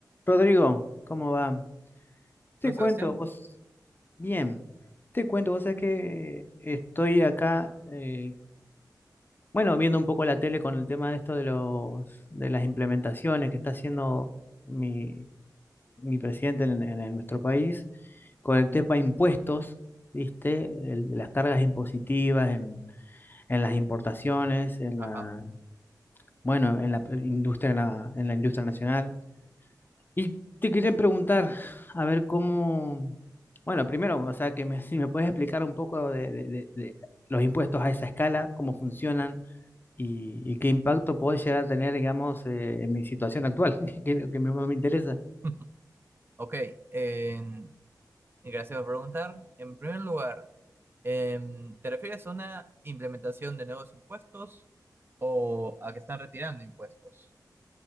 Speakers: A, on the left; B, on the right.
A: Rodrigo, ¿cómo va? Te
B: Hola, Sebastián.
A: cuento, vos, bien, te cuento, vos sabés que estoy acá, eh, bueno, viendo un poco la tele con el tema de esto de los, de las implementaciones que está haciendo mi, mi presidente en, en- en nuestro país, con el tema impuestos, ¿viste? El- las cargas impositivas en, en las importaciones, en
B: Ajá.
A: la, bueno, en la industria, en la en la industria nacional. Y te quería preguntar, a ver cómo, bueno, primero, o sea, que me, <laughs> si me puedes explicar un poco de, de- de- de los impuestos a esa escala, cómo funcionan y, y qué impacto puede llegar a tener, digamos, eh, en mi situación actual, <laughs> que es lo que me- más me interesa.
B: <laughs> Ok, em, y gracias por preguntar. En primer lugar, em, ¿te refieres a una implementación de nuevos impuestos o a que están retirando impuestos?